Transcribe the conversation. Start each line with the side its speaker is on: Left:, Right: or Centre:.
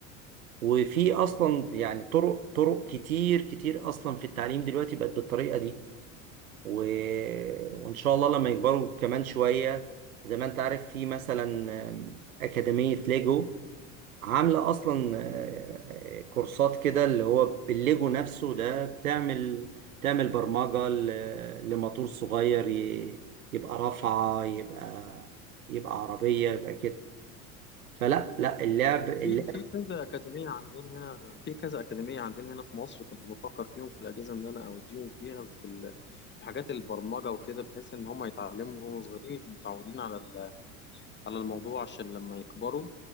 Right: وفي اصلا يعني طرق طرق كتير كتير اصلا في التعليم دلوقتي بقت بالطريقة دي و... وإن شاء الله لما يكبروا كمان شوية زي ما أنت عارف في مثلا آم، أكاديمية ليجو عاملة أصلا آه، آه، كورسات كده اللي هو بالليجو نفسه ده تعمل تعمل برمجة ل- لموتور صغير ي... يبقى رافعة يبقى يبقى عربية يبقى كده فلا لا اللعب اللعب
Left: في في كذا أكاديمية عندنا هنا في كذا أكاديمية عندنا هنا في مصر كنت بفكر فيهم في الأجازة إن أنا أوديهم فيها في ال- في حاجات البرمجة وكده بحيث إن هم يتعلموا وهم صغيرين يبقوا متعودين على ال- على الموضوع عشان لما يكبروا